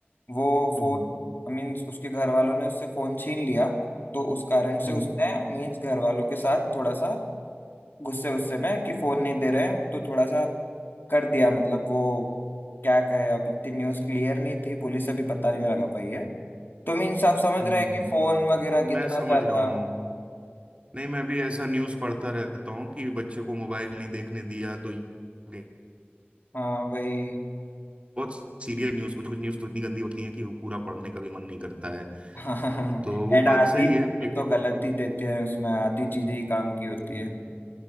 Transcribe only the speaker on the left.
वो
फोन मीन्स उसके घर वालों ने उससे फोन छीन लिया तो उस कारण से
उसने मीन्स घर वालों के साथ थोड़ा सा गुस्से गुस्से में कि फोन नहीं दे रहे हैं तो थोड़ा सा कर दिया मतलब वो क्या कहे अब इतनी न्यूज़ क्लियर नहीं थी पुलिस अभी पता नहीं लगा पाई है तो मीन्स आप समझ
रहे हैं कि फोन वगैरह कितना
ज्यादा
हाँ वही
<laughs>
एंड
आधी
चीजें
तो गलत ही देते हैं उसमें आधी चीजें ही काम की होती
है